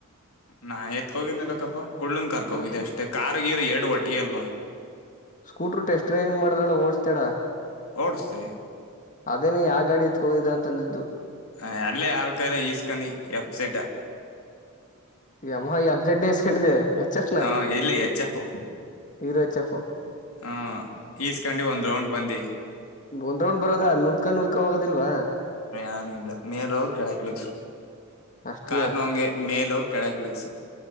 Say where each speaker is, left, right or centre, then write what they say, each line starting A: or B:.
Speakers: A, on the left; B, on the left.
A: ನಾ ಎತ್ ಹೋಗಿರ್ನಲಕ್ಕಪ್ಪ ಕುಲನ ಕರ್ಕೊಂಡು ಹೋಗಿದ್ದಿ
B: ಮತ್ತ
A: ಅಷ್ಟೇ ಕಾರಾರ್ ನೀರ್ ಎರಡು ಒಟ್ಟಿ ಅಲ್ವಾ
B: ಸ್ಕೂಟರು ಟೆಸ್ಟ್ ಡ್ರೈವಿಂಗ್ ಮಾಡಿದ್ರಲ್ಲ ಓಡಸ್ತೇಡ
A: ಓಡಸ್ತಿ
B: ಅದೇನ ಯಾವ ಗಾಡಿ ಎತ್ತ್ ಹೋಗಿದ ಅಂತಂದಿದ್ದು
A: ಹ ಅಲ್ಲೇ ಯಾರ್ ಕೈ ಈಸ್ಕೊಂಡಿ ಎಫ್ ಜಡ್
B: ಈ ಯಮ್ಮ ಈ ಎಫ್ ಜಡ್ ಇಸ್ಕೊಂಡಿದೆ ಎಚ್ಚಫ್ ನಾ
A: ಹ ಎಲ್ಲಿ ಎಚ್ ಎಫ್
B: ಇರು ಹೆಚ್ ಎಫ್
A: ಹಾ ಈಸ್ಕಂಡು ಒಂದ್ ರೌಂಡ್ ಬಂದಿ
B: ಒಂದ್್ರೋೊಂಡ್ ಬರೋದ ನುಲ್ಕಾ ನುಲ್ಕ ಹೋಗೋದಿಲ್ವಾ
A: ಾನಲ್ಲ ಮೇಲ ಹೋಗಿ ಕೆಳಕಿಳಕ್ಸು
B: ಅಷ್ಟೀಯ
A: ಕಾರು ನಾ ಹಂಗೆ ಮೇಲ ಹೋಗಿ ಕೆಳಗಿಳಿಸೂ